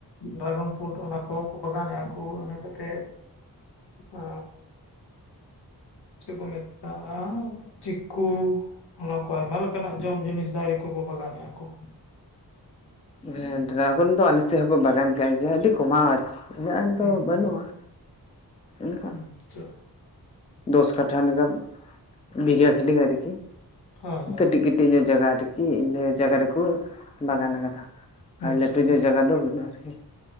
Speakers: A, on the left; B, on the left.
A: ᱰᱨᱟᱜᱚᱱ ᱯᱷᱩᱴ ᱚᱱᱟ ᱠᱚ ᱵᱟᱜᱟᱱᱮᱫᱼᱟ ᱠᱚ ᱤᱱᱟᱹ ᱠᱟᱛᱮ, ᱚᱻ ᱪᱮᱫ ᱠᱚ ᱢᱮᱛᱟᱜᱼᱟ ᱪᱤᱠᱠᱩ, ᱚᱱᱟ ᱠᱚ ᱟᱭᱢᱟ ᱞᱮᱠᱟᱱᱟᱜ ᱡᱚᱢ ᱡᱤᱱᱤᱥ ᱫᱟᱨᱮ ᱠᱚᱠᱚ ᱵᱟᱜᱟᱱᱮᱫᱼᱟ ᱠᱚ᱾
B: ᱦᱮᱸ ᱰᱨᱟᱟᱜᱚᱱ ᱫᱚ ᱟᱞᱮᱥᱮᱫ ᱦᱚᱸᱠᱚ ᱵᱟᱜᱟᱱ ᱠᱟᱜ ᱜᱮᱭᱟ ᱟᱹᱰᱤ ᱠᱚᱢᱟ ᱟᱨᱠᱤ᱾ ᱩᱱᱟᱹᱜ ᱜᱟᱱ ᱫᱚ
A: ᱦᱩᱸ
B: ᱵᱟᱹᱱᱩᱜᱼᱟ, ᱚᱱᱠᱟ
A: ᱟᱪᱪᱷᱟ
B: ᱫᱚᱥ ᱠᱟᱴᱷᱟ ᱞᱮᱠᱟ, ᱵᱤᱜᱷᱟᱹ ᱠᱷᱟᱹᱞᱤ ᱟᱨᱠᱤ
A: ᱦᱳᱭ ᱦᱳᱭ
B: ᱠᱟᱹᱴᱤᱡ ᱠᱟᱹᱴᱤᱡ ᱧᱚᱜ ᱡᱟᱜᱟ ᱨᱮᱠᱤ ᱤᱱᱟᱹ ᱡᱟᱜᱟ ᱨᱮᱠᱚ ᱵᱟᱜᱟᱱ ᱟᱠᱟᱫᱟ᱾ ᱟᱨ
A: ᱟᱪᱪᱷᱟ
B: ᱞᱟᱹᱴᱩ ᱧᱚᱜ
A: ᱦᱮᱸ
B: ᱡᱟᱭᱜᱟ ᱫᱚ ᱵᱟᱹᱱᱩᱜᱼᱟ ᱟᱨᱠᱤ᱾